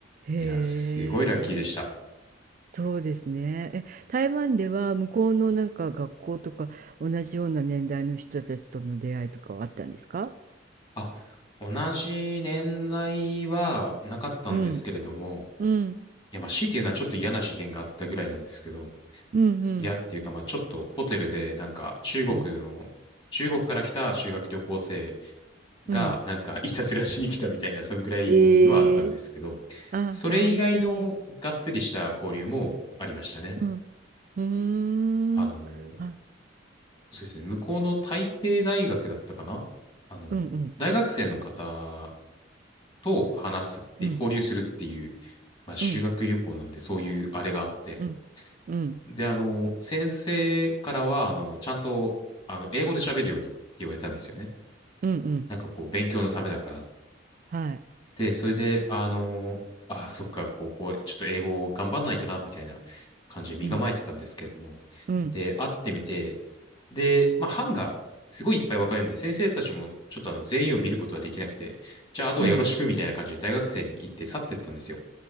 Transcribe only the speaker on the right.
え。へえ。
そうですね。え、台湾では向こうのなんか学校とか同じような年代の人たちとの出会いとかはあったんですか
うん。うん。
うんうん
うん
うん。
ええあ、
ほんとに。うん。うーん。
あ、
うんうん
うん
うん
うんうん
うんうん
はい。
うんうん
うん